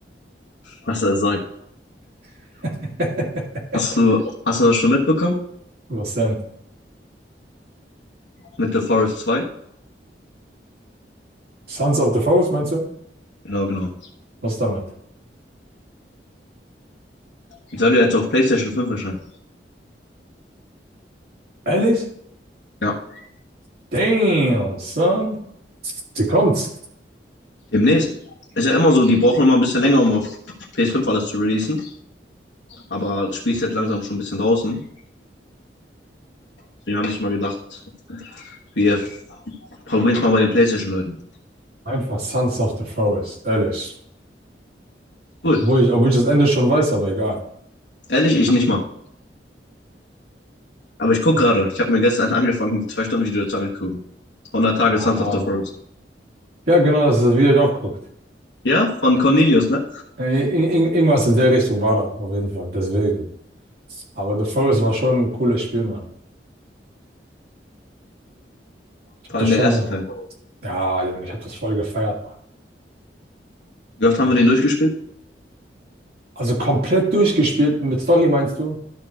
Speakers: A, on the left (about 85°); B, on the right (about 60°).
A: Was er sagt.
B: <laughs>
A: Hast du, hast du das schon mitbekommen?
B: Was denn?
A: Mit The Forest 2?
B: Sons of the Forest, meinst du?
A: Genau, genau.
B: Was damit?
A: Die soll ja jetzt auf PlayStation 5 erscheinen.
B: Ehrlich?
A: Ja.
B: Damn, son. Sie kommt's.
A: Demnächst. Ist ja immer so, die brauchen immer ein bisschen länger, um auf ps fünf alles zu releasen. Aber das Spiel ist jetzt langsam schon ein bisschen draußen. Deswegen haben sich mal gedacht, wir probieren es mal bei den PlayStation-Leuten.
B: Einfach Sons of the Forest. Ehrlich.
A: Cool.
B: Obwohl ich, obwohl ich das Ende schon weiß, aber egal.
A: Ehrlich, ich nicht mal. Aber ich guck
B: Echt?
A: gerade. Ich habe mir gestern <laughs> angefangen, ein zwei Stunden Video zu angucken. 100 Tage
B: Ja.
A: Sons of the Forest.
B: Ja, genau, das ist, wie ihr auch guckt.
A: Ja, von Cornelius, ne?
B: Äh, ir- ir- Irgendwas in der Richtung war da, auf jeden Fall. Deswegen. Aber The Forest war schon ein cooles Spiel, Mann. Ich
A: Vor
B: habe das
A: allem
B: schon,
A: der erste Teil.
B: ja, Junge, ich habe das voll gefeiert, Mann.
A: Wie oft haben
B: Voll.
A: wir den durchgespielt?
B: Also komplett durchgespielt mit Story, meinst du?